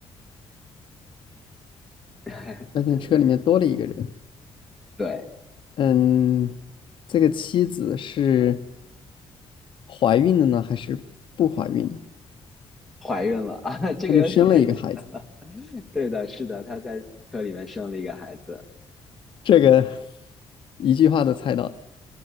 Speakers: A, in the centre; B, on the left.
A: <laughs>
B: 发现车里面多了一个人。
A: 对，
B: 嗯，这个妻子是怀孕的呢，还是不怀孕的？
A: 怀孕了啊，<laughs> 这个有点太简单。
B: 那就生了一个孩子。
A: <laughs> 对的，是的，她在车里面生了一个孩子。
B: 这个一句话都猜到了，